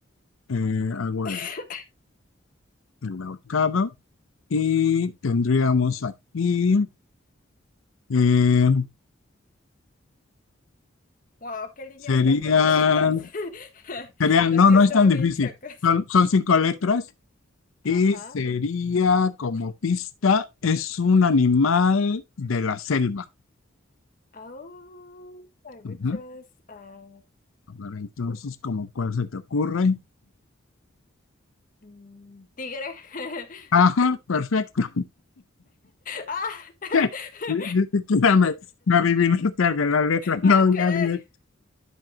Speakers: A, on the left; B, on the left.
A: eh, hago
B: <laughs>
A: el, el ahorcado y tendríamos aquí... eh,
B: Wow, qué líneas
A: serían,
B: tan derechitas. <laughs>
A: serían...
B: Las
A: No,
B: mías
A: no
B: estaban
A: es tan difícil.
B: bien chocas.
A: Son, son cinco letras y
B: Ajá.
A: sería como pista, es un animal de la selva.
B: Au, hay muchos.
A: Ujú.
B: ah,
A: A ver, entonces, ¿como cuál se te ocurre?
B: mm, tigre. <laughs>
A: Ajá, perfecto.
B: ¡Ah!
A: <laughs>
B: <laughs>
A: Ni ni siquiera me, me adivinaste algo, la letra, no,
B: ¡Ah, caray!
A: ya directo.